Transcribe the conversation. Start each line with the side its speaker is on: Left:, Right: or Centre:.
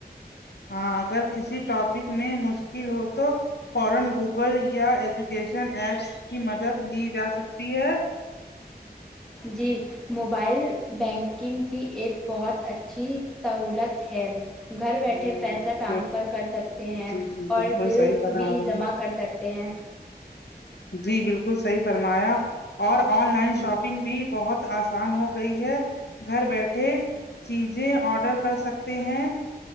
Left: ہاں اگر کسی ٹاپک میں مشکل ہو تو فورن گوگل یا ایجوکیشن ایپس کی مدد لی جا سکتی ہے
Centre: جی موبائل بینک کنگ بھی ایک بہت اچھی سہولت ہے گھر بیٹھے
Left: ہوں
Centre: پیسہ
Left: بالکل
Centre: ٹرانسفر کر سکتے ہیں
Left: جی جی
Centre: اور
Left: بالکل
Centre: بل
Left: صحیح فرما رہی ہیں
Centre: کر سکتے ہیں
Left: جی بالکل صحیح فرمایا اور آن لائن
Centre: جی
Left: شاپنگ بھی بہت آسان ہو گئی ہے گھر بیٹھے چیزیں آڈر کر سکتے ہیں